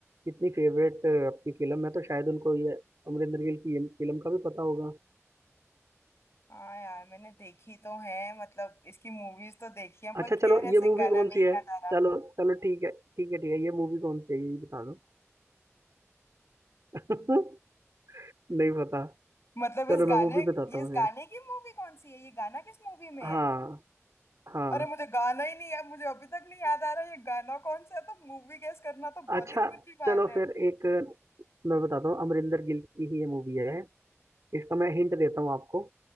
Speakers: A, on the right; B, on the left.
A: इतनी फेवरेट आपकी फिल्म है तो शायद उनको ये अमरिंदर गिल की ये फिल्म का भी पता होगा
B: हाँ यार मैंने देखी तो है मतलब इसकी मूवीज तो देखी है पर
A: अच्छा
B: खैर
A: चलो
B: ऐसे
A: ये मूवी
B: गाना
A: कौन
B: नहीं
A: सी है
B: याद आ रहा
A: चलो चलो ठीक है ठीक है ठीक है ये मूवी कौन सी है ये भी बता दो <laughs> नहीं पता
B: मतलब इस
A: चलो
B: गाने
A: मैं मूवी
B: ये
A: बताता हूँ
B: इस गाने
A: फिर
B: की मूवी कौन सी है ये गाना किस मूवी में है
A: हाँ हाँ
B: अरे मुझे गाना ही नहीं याद मुझे अभी तक नहीं याद आ रहा ये गाना कौन सा है तो मूवी गेस करना तो बहुत
A: अच्छा
B: ही दूर की बात
A: चलो
B: है
A: फिर एक मैं बताता हूँ अमरिंदर गिल की ही ये मूवी है इसका मैं हिंट देता हूँ आपको